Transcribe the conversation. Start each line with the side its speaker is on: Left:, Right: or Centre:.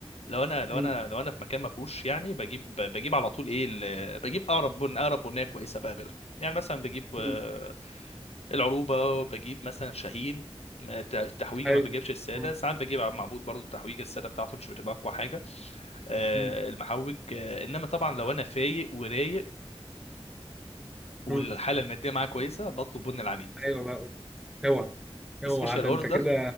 Left: لو انا لو
Centre: مم،
Left: انا لو انا في مكان ما فيهوش يعني بجيب بجيب على طول ايه ال... بجيب اقرب بن اقرب بنيه كويسه بقابلها يعني مثلا بجيب آه،
Centre: مم،
Left: العروبه وبجيب مثلا شاهين ما- ت- التحويجه
Centre: ايوه
Left: ما بجيبش الساده
Centre: مم،
Left: ساعات بجيب عم معبود برضو التحويجه الساده بتاعته مش بتبقى اقوى حاجه آه،
Centre: مم،
Left: المحوج آه، انما طبعا لو انا فايق ورايق والحاله
Centre: مم.
Left: الماديه معايا كويسه بطلب بن العميد
Centre: ايوه بقى اوعى اوعى
Left: سبيشال
Centre: ده
Left: اوردر
Centre: انت كده